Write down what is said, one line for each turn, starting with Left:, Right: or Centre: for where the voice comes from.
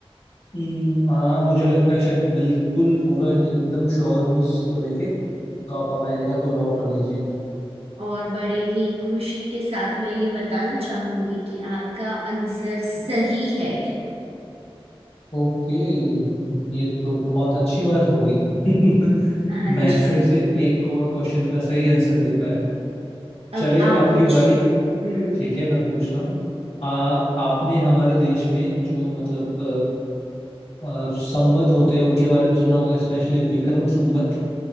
Left: हम्म, हाँ मुझे लगता है शायद मैं बिल्कुल पूरा ही एकदम श्योर हूँ इसको लेके तो आप अमेरिका को लॉक कर दीजिए
Right: और बड़े ही खुशी के साथ मैं ये बताना चाहूंगी कि आपका आंसर सही है
Left: ओके ये तो बहुत अच्छी बात हो गई <laughs>
Right: हाँ
Left: मैं
Right: जी
Left: फिर से एक और क्वेश्चन का सही आंसर दे पाया
Right: अब
Left: चलिए
Right: आप
Left: अब आपकी
Right: पूछिए
Left: बारी
Right: हम्म
Left: ठीक है मैं पूछता हूँ आ आपने हमारे देश में जो मतलब अ, अ, संवत होते हैं उनके बारे में सुना होगा स्पेशली विक्रम संवत